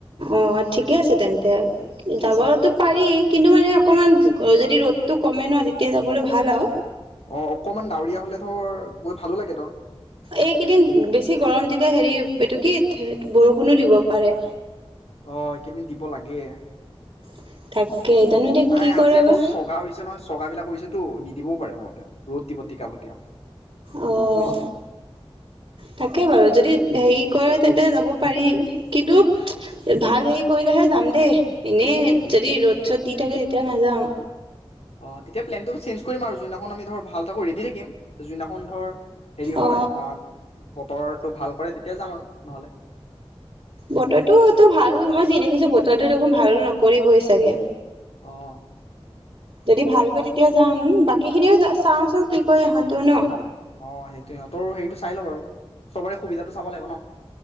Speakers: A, on the right; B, on the left.
A: অহ ঠিকে আছে তেন্তে,
B: ঠিকে
A: যাবতো
B: আছে।
A: পাৰি কিন্তু মানে অকমান আৰু যদি ৰ'দটো কমে ন তেতিয়া যাবলৈ ভাল আৰু।
B: অহ অকমান ডাৱৰীয়া হলে ধৰ গৈ ভালো লাগে ধৰ।
A: এইকেইদিন বেছি গৰম তেতিয়া হেৰি, এইটো কি, থে বৰষুণো দিব পাৰে
B: অ এইকেইদিন দিব লাগে
A: <unintelligible> এতিয়া
B: নাই
A: কি
B: আজি
A: কৰে
B: আকৌ
A: বা
B: চগা উৰিছে নহয়, চগা বিলাক উৰিছেতো নিদিবও পাৰে মত ৰ'দ দিব টিকা ফটীয়া
A: অহ,
B: বুজিছ?
A: তাকে বাৰু যদি হেৰি কয় তেন্তে যাব পাৰি কিন্তু, ভাল সেই কৰিলেহে যাম দেই, এনেই যদি ৰ'দ চ'দ দি থাকে তেতিয়া নাযাওঁ
B: অহ, তেতিয়া প্লেনটো চেঞ্জ কৰিম আৰু যোনদিনাখন আমি ধৰ, ভাল থাকো ৰেডি থাকিম। যোন দিনাখন ধৰ, হেৰি হয়,
A: অ
B: আহ, বতৰত টো ভাল কৰে তেতিয়া যাম আৰু, নহ'লে?
A: বতৰটো এইটো ভাল, মই যি দেখিছো বতৰটোই দেখোন ভাল, নকৰিবই চাগে।
B: অ'।
A: যদি ভালকৈ তেতিয়া যাম, বাকী খিনিও চাওচোন কি কয় ইহঁতো ন
B: অ সেইটোৱে, সিহঁতৰো সেইটো চাই লওঁ বাৰু, চবৰে সুবিধাটো চাব লাগিব ন,